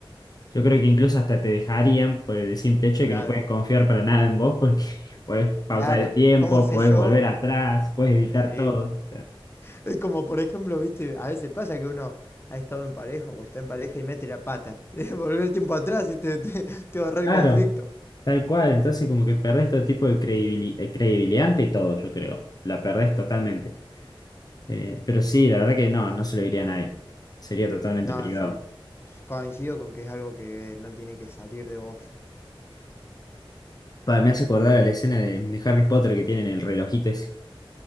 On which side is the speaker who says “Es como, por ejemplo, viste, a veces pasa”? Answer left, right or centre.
Left